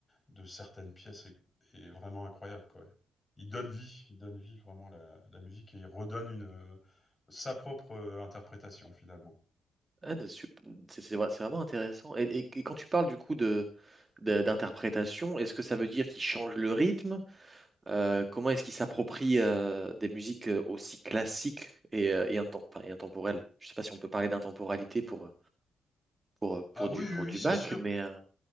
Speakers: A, on the left (about 25°); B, on the right (about 25°).
A: de certaines pièces est, est vraiment incroyable, quoi. Il donne vie, il donne vie vraiment à la, la musique et il redonne une, euh, sa propre euh, interprétation finalement.
B: Ah, de sup- c'est c'est vra- c'est vraiment intéressant. Et, et- et quand tu parles du coup de, de- d'interprétation, est-ce que ça veut dire qu'ils changent le rythme? Euh, comment est-ce qu'ils s'approprient euh, des musiques euh, aussi classiques et, euh, et, inten- enfin, et intemporelles? Je sais pas si on peut parler d'intemporalité pour, pour,
A: Ah
B: pour
A: oui,
B: du,
A: oui,
B: pour
A: oui,
B: du
A: c'est
B: bac,
A: sûr.
B: mais euh,